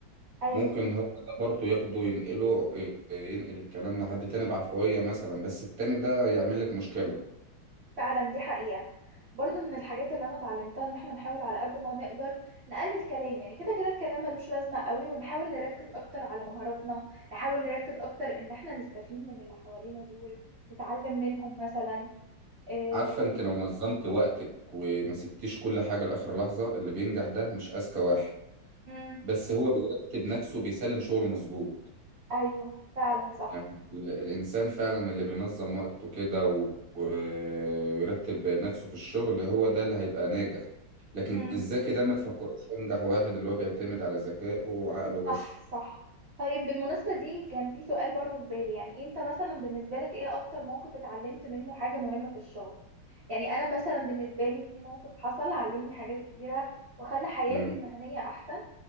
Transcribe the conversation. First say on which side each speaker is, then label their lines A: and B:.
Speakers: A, on the right (about 80°); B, on the right (about 35°).
A: ايوه
B: ممكن هو ده برضه ياخده ينقله آه، ينقل الكلام لحد تاني بعفوية مثلا بس التاني ده يعمل لك مشكلة
A: فعلا دي حقيقة برضو من الحاجات اللي انا اتعلمتها ان احنا نحاول على قد ما نقدر نقلل كلام يعني كده كده الكلام ملوش لازمة قوي ونحاول نركز اكتر على مهاراتنا نحاول نركز اكتر ان احنا نستفيد من اللي حوالينا دول نتعلم منهم مثلا إيه...
B: عارفة انت لو نظمت وقتك وما سبتيش كل حاجة لآخر لحظة اللي بينجح ده مش أذكى واحد
A: مم،
B: بس هو بيرتب نفسه بيسلم شغله مظبوط
A: ايوه فعلا صح
B: يعني ال- الإنسان فعلا اللي بينظم وقته كده و- ويرتب نفسه في الشغل هو ده اللي هيبقى ناجح لكن
A: مم.
B: الذكي ده ما تفكروش أنجح واحد اللي هو بيعتمد على ذكائه وعقله بس
A: صح صح طيب بالمناسبة دي كان في سؤال برضو في بالي يعني انت مثلا بالنسبة لك ايه اكتر موقف اتعلمت منه حاجة مهمة في الشغل يعني انا مثلا بالنسبة لي في موقف حصل علمني حاجات كتيرة وخلى حياتي
B: مم.
A: المهنية احسن